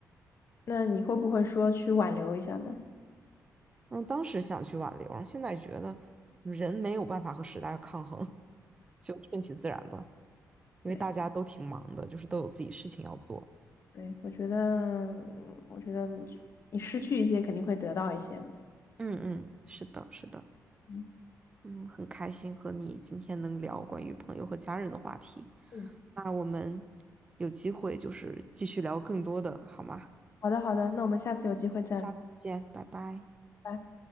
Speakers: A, on the left; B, on the right.
A: 那你会不会说去挽留一下呢？
B: 嗯，当时想去挽留，然后现在觉得人没有办法和时代抗衡，<laughs> 就顺其自然吧。因为大家都挺忙的，
A: 对，
B: 就是都有自己事情要做。
A: 对，我觉得，我觉得你失去一些肯定会得到一些嘛。
B: 嗯嗯，是的，是的。
A: 嗯，
B: 嗯，很开心和你今天能聊关于朋友和家人的话题。
A: 嗯
B: 那我们有机会就是继续聊更多的，好吗？
A: 好的，好的，那我们下次有机会再聊。
B: 下次见，拜拜。
A: 拜拜。